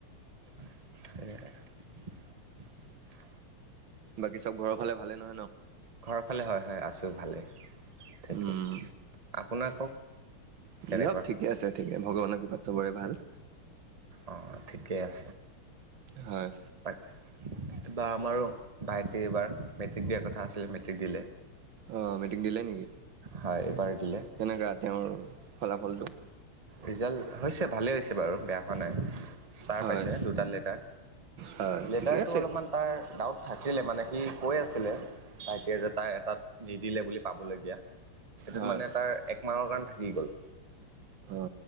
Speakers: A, on the right; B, on the right.
A: স <unintelligible> <inaudible>
B: বাকী চব ঘৰৰ ফালে ভালে নহয় ন
A: ঘৰৰ ফালে হয় হয় আছোঁ ভালেই ঠিকে
B: উম
A: আপোনাক কওক <unintelligible> কেনেকুৱা
B: নব ঠিকে আছে ঠিকে ভগৱানৰ কিবা চবৰে ভাল।
A: অ ঠিকেই আছে।
B: হয়।
A: বাৰ আমাৰো ভাইটি এইবাৰ মেট্ৰিক দিয়াৰ কথা আছিলে মেট্ৰিক দিলে
B: অ মেট্ৰিক দিলে নেকি?
A: হয় এইবাৰ দিলে
B: তেনেককা তেওঁৰ ফলাফলটো
A: ৰিজাল্ট হৈছে ভালেই হৈছে বাৰু বেয়া হোৱা নাই ষ্টাৰ
B: হয়।
A: পাইছে দুটা লেটাৰ
B: হয়
A: লেটাৰতটো
B: ঠিকে আছে।
A: অলপমান তাৰ ডাউট থাকিলে মানে সি কৈ আছিলে ভাইটি এজ তাৰ এটাত দি দিলে বুলি পাবলগীয়া সেইটোত
B: হয়।
A: মানে ত ৰ কাৰ থাকি গল
B: অ।